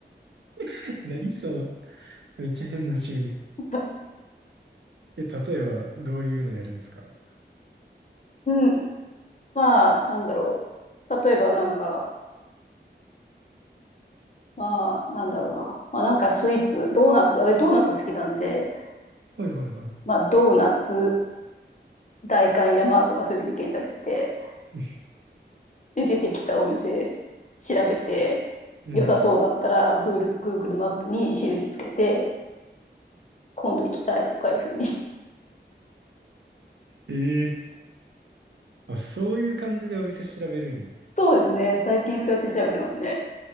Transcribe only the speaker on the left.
<laughs>
うん。まあ、なんだろう。例えばなんか、まあ、なんだろうな。まあなんかスイーツ、ドーナツ、あれドーナツ好きなんで、
まあドーナツ、代官山とかそういうふうに検索して、
で、出てきたお店調べて、
良さそうだったら、Google、Google マップに印つけて、今度行きたいとかいうふうに。<laughs>
そうですね。最近そうやって調べてますね。